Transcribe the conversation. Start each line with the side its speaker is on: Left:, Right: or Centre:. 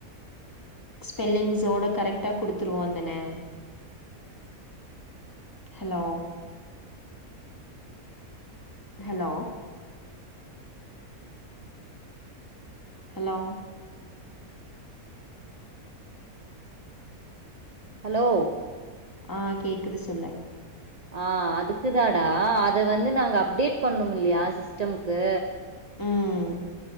Left: ஸ்பெல்லிங்ஸோட கரெக்டா குடுத்துருவோதான ஹலோ ஹலோ ஹலோ
Right: ஹலோ
Left: ஆ கேக்குது சொல்லு
Right: ஆ அதுக்குதாடா அது வந்து நாங்க அப்டேட் பண்ணுமில்லையா சிஸ்டம்க்கு
Left: ம்